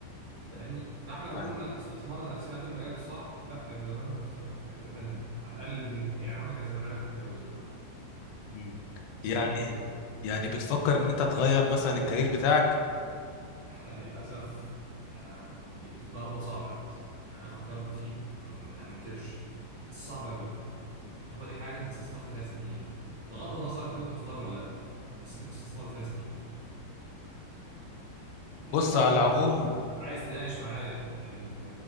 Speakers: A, on the right; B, on the left.
A: فاهمني فاحنا
B: ده
A: لو
B: حقيقي
A: كنا استثمرنا نفسنا في المجال الصح لا كان زماننا في في حتة تانية على الاقل يا عم كان زمان عارف اتجوز دلوقتي
B: مم.
A: بس
B: يعني
A: يلا خير
B: يعني بتفكر ان انت تغير مثلا الكارير بتاعك
A: للأسف يعني القرار ده صعب أوي يعني أنا فكرت فيه م- ما منكرش بس صعب أوي اللي هو دي حاجة أنت استثمرت فيها سنين بغض النظر أنت كنت مختار ولا لأ بس أنت استثمرت فيها سنين المهم
B: بص على العموم
A: لو عايز تناقش معايا ال